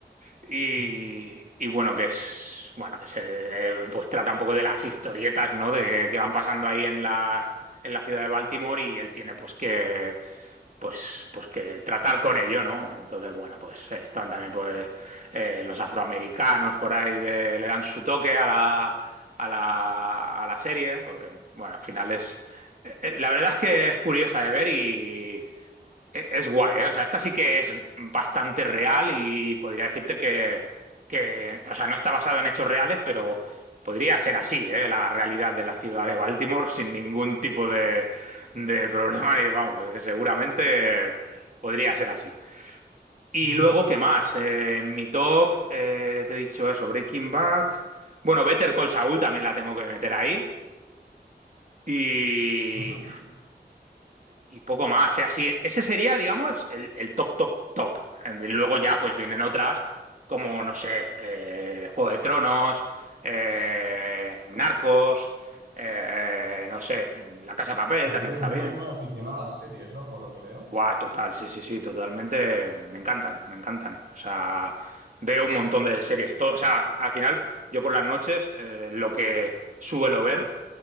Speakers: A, on the right; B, on the right.
A: Y,
B: Sí.
A: y bueno, que es, bueno, que se eh, pues trata un poco de las historietas, ¿no? De que van pasando ahí en las, en la ciudad de Baltimore y él tiene pues que pues, pues que tratar con ello, ¿no? Entonces, bueno, pues están también pues eh, los afroamericanos por ahí que le dan su toque a la, a la, a la serie, porque bueno, al final es eh, eh, la verdad es que es curiosa de ver y e- Es guay, ¿eh? O sea, esta sí que es bastante real y podría decirte que, que, o sea, no está basado en hechos reales, pero podría ser así, ¿eh? La realidad de la ciudad de Baltimore sin ningún tipo de, de problema y vamos, es que seguramente podría ser así. Y
B: Ujú,
A: luego, ¿qué más? Eh, en mi top, eh, te he dicho eso, Breaking Bad. Bueno, Better Call Saul también la tengo que meter ahí. y
B: ujú. O
A: y poco más. O sea, sí, ese sería, digamos, el, el top, top, top. Eh, Luego ya pues vienen otras como, no sé, eh, Juego de Tronos, eh, Narcos, eh, eh, no sé, La Casa de Papel
B: sea,
A: también
B: que eres
A: está
B: muy,
A: bien.
B: muy aficionado a las series, ¿no? Por lo que veo.
A: Guau, total, sí, sí, sí, totalmente. Me encantan, me encantan. O sea, veo un montón de series. Todo, o sea, al final, yo por las noches, eh, lo que suelo ver,